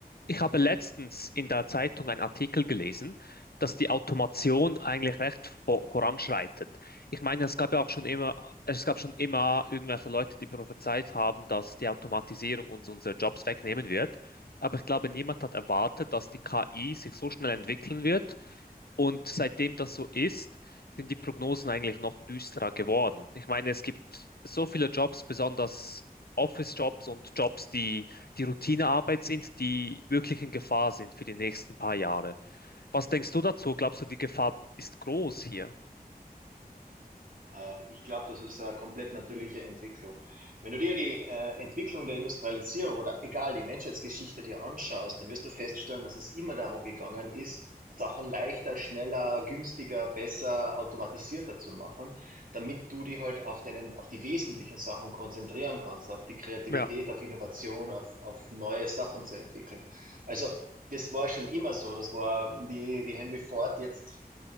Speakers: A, on the left; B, on the right.
A: Ich habe letztens in der Zeitung einen Artikel gelesen, dass die Automation eigentlich recht vo- voranschreitet. Ich meine, es gab ja auch schon immer, es gab schon immer irgendwelche Leute, die prophezeit haben, dass die Automatisierung uns unsere Jobs wegnehmen wird. Aber ich glaube, niemand hat erwartet, dass die KI sich so schnell entwickeln wird. Und seitdem das so ist, sind die Prognosen eigentlich noch düsterer geworden. Ich meine, es gibt so viele Jobs, besonders Office-Jobs und Jobs, die die Routinearbeit sind, die wirklich in Gefahr sind für die nächsten paar Jahre. Was denkst du dazu? Glaubst du, die Gefahr ist groß hier?
B: Ähm, Ich glaube, das ist eine komplett natürliche Entwicklung. Wenn du dir die äh, Entwicklung der Industrialisierung oder egal die Menschheitsgeschichte dir anschaust, dann wirst du feststellen, dass es immer darum gegangen ist, Sachen leichter, schneller, günstiger, besser, automatisierter zu machen, damit du dich halt auf deinen, auf die wesentlichen Sachen konzentrieren kannst, auf die Kreativität,
A: Ja,
B: auf Innovation, auf, auf neue Sachen zu entwickeln. Also das war schon immer so. Das war, wie, wie Henry Ford jetzt